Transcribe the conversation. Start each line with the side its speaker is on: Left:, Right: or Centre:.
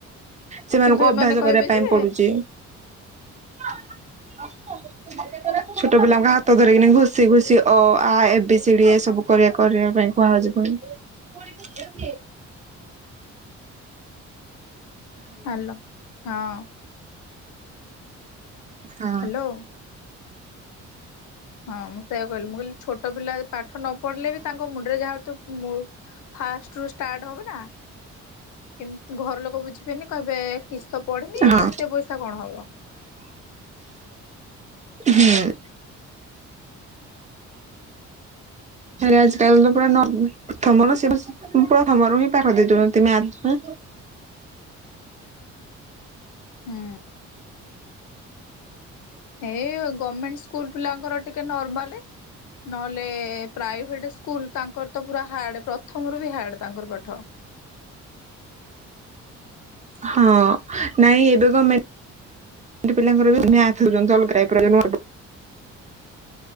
Right: ସେମାନଙ୍କୁ
Left: କିନ୍ତୁ
Right: ଅଭ୍ୟାସ
Left: ଏମାନେ କହିବେ
Right: କରିବା ପାଇଁ
Left: ଯେ
Right: ପଡୁଛି। <unintelligible> ଛୋଟ ପିଲାଙ୍କ ହାତ ଧରିକିନି ଘୁଷି ଘୁଷ ଅ, ଆ, ଏବେ, ସିଡି, ଏ ସବୁ କରିବା କରିବା ପାଇଁ କୁହାହଉଚି। <unintelligible>
Left: ହ୍ୟାଲୋ ହଁ।
Right: ହଁ।
Left: ହ୍ୟାଲୋ। ହଁ ମୁଁ ସେଇୟ କହିଲି ମୁଁ କହିଲି ଛୋଟ ପିଲା ପାଠ ନ ପଢିଲେ ବି ତାଙ୍କ ମୁ ମୁଣ୍ଡରେ ଜାହତୁ ଫାର୍ଷ୍ଟ ରୁ ଷ୍ଟାର୍ଟ ହବ ନାଁ। କିନ୍ତ ଘର ଲୋକ ବୁଝିବେନି କହିବେ କିଛି ତ ପଢିନି
Right: ହଁ
Left: ଏତେ ପଇସା କଣ ହବ।
Right: ହୁଁ। ଫରେ ଆଜି କାଲ ତ ପୁରା <unintelligible> ପ୍ରଥମରୁ ହିଁ ପାଠ ଦେଇଦୋଉଛନ୍ତି, ମ୍ୟାଥ।
Left: ହୁଁ ଏଇ ଗମେଣ୍ଟ ସ୍କୁଲ ପିଲାଙ୍କର ଟିକେ ନର୍ମାଲ, ନହଲେ ପ୍ରାଇଭେଟ ସ୍କୁଲ ତାଙ୍କର ତ ପୁରା ହାର୍ଡ଼ ପ୍ରଥମରୁ ବି ହାର୍ଡ଼ ତାଙ୍କର ପାଠ।
Right: ହଁ ନାଇଁ ଏବେ ଗମେ ମେଣ୍ଟ ପିଲାଙ୍କର ବି ମ୍ୟାଥ ଦଉଛନ୍ତି ଅଲଗା <unintelligible>